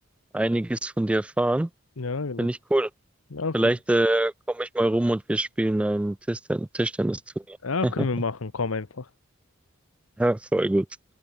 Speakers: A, in the centre; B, on the left (about 85°).
A: einiges von dir erfahren.
B: Ja, genau.
A: Finde ich cool.
B: Ja, f-
A: Vielleicht äh, komme ich mal rum und wir spielen ein Tischten- Tischtennisturnier.
B: ja,
A: <laughs>
B: können wir machen. Komm einfach.
A: Ja, voll gut.